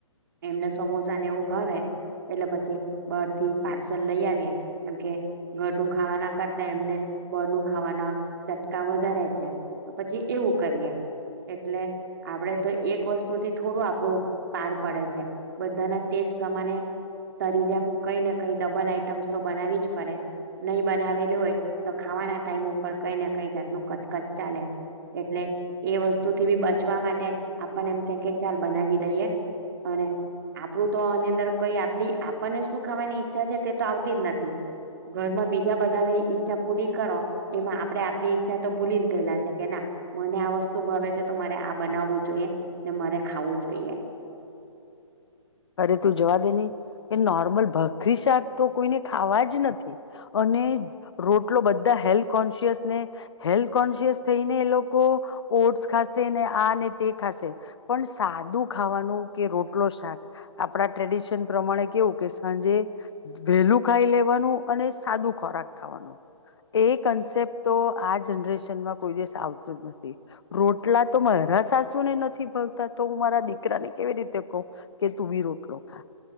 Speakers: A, on the right; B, on the left.
A: એમને સમોસા ને એવુ ભાવે એટલે પછી બાર થી પાર્સલ લઈ આવીએ, એમ કે ઘરનું ખાવાના કરતા એમને બાર નું ખાવાના ચટકા વધારે છે, તો પછી એવું કરીએ. એટલે આપડે તો એક વસ્તુથી થોડું આપણું પાર પડે છે. બધાના ટેસ્ટ પ્રમાણે તારી જેમ કઈ ને કઈ ડબલ આઈટમ્સ તો બનાવી જ પડે, નહીં બનાવેલી હોય તો ખાવાના ટાઈમ ઉપર કંઈ ને કંઈ જાતનું કચકચ ચાલે, એટલે એ વસ્તુ થી બી બચવા મા ટે આપણને એમ થાય કે ચાલ બનાવી દઈએ, અને આપડું તો આની અંદર કંઈ આપડી આપણને શું ખાવાની ઈચ્છા છે તે તો આવતી જ નથી. ઘરમાં બીજા બધાની ઈચ્છા પૂરી કરો એમાં આપડે આપણી ઈચ્છા તો ભૂલી જ ગયેલા છે કે ના મને આ વસ્તુ ભાવે છે તો મારે આ બનાવવું જોઈએ, ને મારે ખાવું જોઈએ.
B: અરે તું જવા દે ને ને નોર્મલ ભાખરી શાક તો કોઈને ખાવા જ નથી, અને રોટલો બધા હેલ્થ કોન્શિયસ ને હેલ્થ કોન્શિયસ થઈને એ લોકો ઓટ્સ ખાશે ને આ ને તે ખાશે, પણ સાદું ખાવાનું કે રોટલો શાક આપણા ટ્રેડિશન પ્રમાણે કેવું કે સાંજે વહેલું ખાઈ લેવાનું, અને સાદું ખોરાક ખાવાનું. એ કન્સેપ્ટ તો આ જનરેશનમાં કોઈ દિવસ આવતું જ નથી. રોટલા તો મારા સાસુ ને નથી ભાવતા તો હું મારા દીકરાને કેવી રીતે કહું. કે તું બી રોટલો ખા.